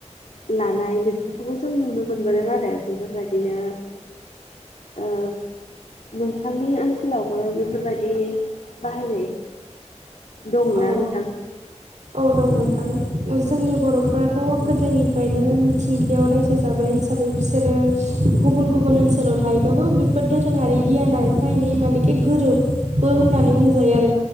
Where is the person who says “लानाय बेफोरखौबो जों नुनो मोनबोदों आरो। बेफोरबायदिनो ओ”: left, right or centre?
Left